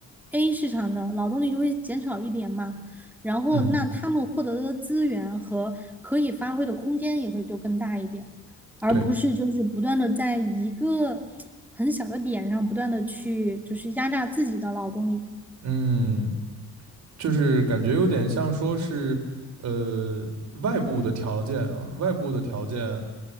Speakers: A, in the centre; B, on the right (about 65°).
A: A 市场的劳动力就会减少一点嘛，然后那他们获得的资源和可以发挥的空间也会就更大一点。
B: 嗯，
A: 而不是就是不断的在一个很小的点上不断的去就是压榨自己的劳动力，
B: 对，嗯，就是感觉有点像说是，呃，外部的条件啊，外部的条件。